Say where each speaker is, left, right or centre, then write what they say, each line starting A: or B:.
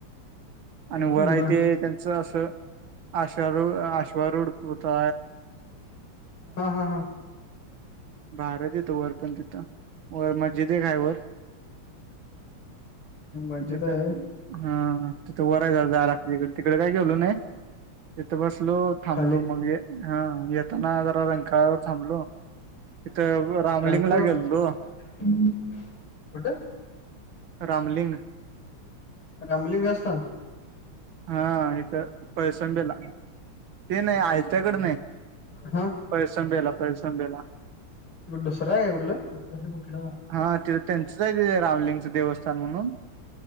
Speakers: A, on the right; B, on the left.
A: आणि
B: बर
A: वर हाय ते त्यांनच अस आशा रोड अश्वारूढ पुरता
B: हा, हा, हा,
A: भारच येतं वर पण तिथं वर मज्जिद आहे काय वर?
B: मस्जिद
A: तथ
B: आहे होय
A: हा तिथ त्या झाडाखाली तिकडे काय गेलो नाही तिथं बसलो थांबलो
B: खाली
A: मग ह येताना जरा रंकावर थांबलो.
B: <unintelligible>
A: तिथं रामलिंगला गेलतो
B: कुठं?
A: रामलिंग
B: रामलिंग असतान.
A: हा इथं पैसंबेला ते नाही आयच्याकड नाही.
B: हा.
A: पैसं बेला, पैसं बेला.
B: दुसरं आहे कुठलं?
A: हा तिथं त्यांचंच आहे तिथे रामलिंगच देवस्थान म्हणून